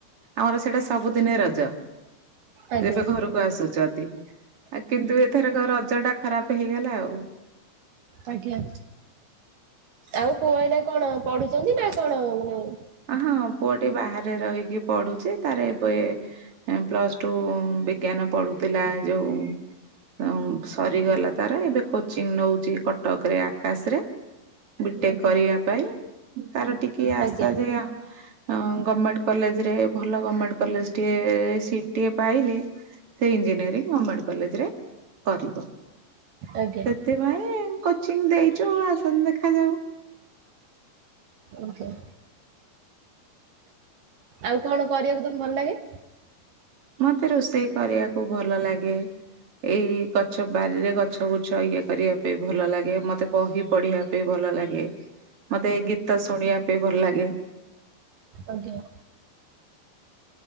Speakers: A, on the right (about 45°); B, on the right (about 70°).
A: ଆମର ସେଇଟା ସବୁଦିନେ ରଜ
B: ଆଜ୍ଞା
A: ଯେବେ ଘରକୁ ଆସୁଛନ୍ତି ଆଉ କିନ୍ତୁ ଏଥରକ ରଜ ଟା ଖରାପ ହେଇଗଲା ଆଉ
B: ଆଜ୍ଞା ଆଉ ପୁଅ ଏଇନା କଣ ପଢୁଛନ୍ତି ନା କଣ ମାନେ
A: ହଁ ପୁଅଟି ବାହାରେ ରହିକି ପଢୁଛି ତାର ଏବେ ପ୍ଲସ ଟୁ ବିଜ୍ଞାନ ପଢୁଥିଲା ଯୋଉ ଉ ସରିଗଲା ତାର ଏବେ କୋଚିଂ ନଉଛି କଟକ ରେ ଆକାଶ ରେ
B: ଆଜ୍ଞା
A: ବିଟେକ୍ କରିବା ପାଇଁ ତାର ଟିକେ ଆଶା
B: ଆଜ୍ଞା
A: ଯେ ଅ -ଗଭର୍ଣମେଣ୍ଟ କଲେଜରେ ଭଲ ଗଭର୍ଣମେଣ୍ଟ କଲେଜଟିଏ ସିଟିଏ ପାଇଲେ ସେଇ ଇଞ୍ଜିନିୟରିଂ ଗମେଣ୍ଟ କଲେଜ ରେ କରିବ
B: ଆଜ୍ଞା
A: ସେଥିପାଇଁ କୋଚିଂ ଦେଇଛୁ ଆସନ୍ତୁ ଦେଖାଯାଉ
B: ଆଜ୍ଞ ଆଉ କଣ କରିବାକୁ ତମକୁ ଭଲ ଲାଗେ?
A: ମତେ ରୋଷେଇ କରିବାକୁ ଭଲ ଲାଗେ। ଏଇ ଗଛ ବାରିରେ ଗଛ ବୁଛ ଇଏ କରିବା ପାଇଁ ଭଲ ଲାଗେ ମତେ ବହି ପଢିବା ପାଇ ଭଲ ଲାଗେ ମତେ ଏଇ ଗୀତ ଶୁଣିବା ପାଇଁ ଭଲ ଲାଗେ।
B: ଆଜ୍ଞା